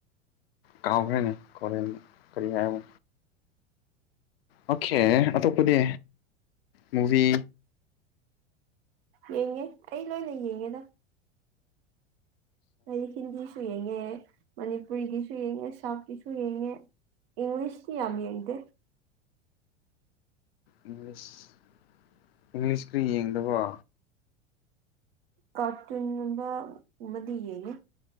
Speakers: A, on the left (about 55°); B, on the right (about 55°).
A: ꯀꯥꯎꯈ꯭ꯔꯦꯅꯦ ꯈꯣꯔꯦꯟ ꯀꯔꯤ ꯍꯥꯏꯕ ꯑꯣꯛꯈꯦ ꯑꯇꯣꯞꯄꯗꯤ ꯃꯨꯕꯤ
B: ꯌꯦꯡꯉꯦ ꯑꯩ ꯂꯣꯏꯅ ꯌꯦꯡꯉꯦꯗ ꯍꯥꯏꯗꯤ ꯍꯤꯟꯗꯤꯁꯨ ꯁꯨ ꯌꯦꯡꯉꯦ ꯃꯅꯤꯄꯨꯔꯤꯒꯤꯁꯨ ꯌꯦꯡꯉꯦ ꯁꯥꯎꯠꯀꯤꯁꯨ ꯌꯦꯡꯉꯦ ꯏꯪꯂꯤꯁꯇꯤ ꯌꯥꯝꯅ ꯌꯦꯡꯗꯦ
A: ꯏꯪꯂꯤꯁ ꯏꯪꯂꯤꯁꯀ꯭ꯔꯤ ꯌꯦꯡꯗꯕ
B: ꯀꯔꯇꯨꯟꯒꯨꯝꯕ ꯒꯨꯝꯕꯗꯤ ꯌꯦꯡꯉꯦ